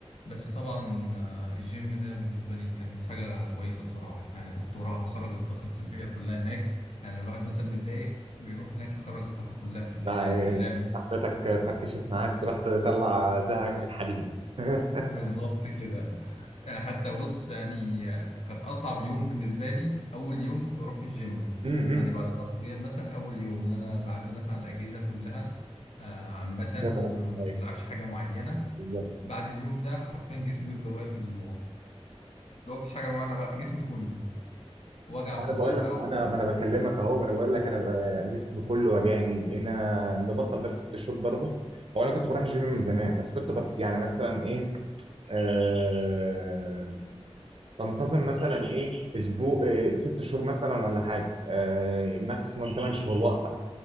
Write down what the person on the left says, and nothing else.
بس طبعا آه، الجيم ده بالنسبه لي كان حاجه كويسه بصراحه يعني كنت وراها اخرج الطاقه السلبيه كلها هناك يعني لو الواحد مثلا متضايق بيروح هناك يخرج الطاقة كلها في ال-
في اللعب نفسه.
بالظبط كده يعني حتى بص يعني كانت أصعب يوم بالنسبة لي أول يوم كنت بروح في الجيم
يعني بعد فترة كبيرة مثلا أول يوم اللي أنا بعدي مثلا على الأجهزة كلها آه، عامة
ب- ما
بلعبش حاجة معينة
بعد اليوم ده حرفيا جسمي بيفضل واقف أسبوع اللي هو مفيش حاجة معينة بقى جسمي كله وجع فظيع
بقى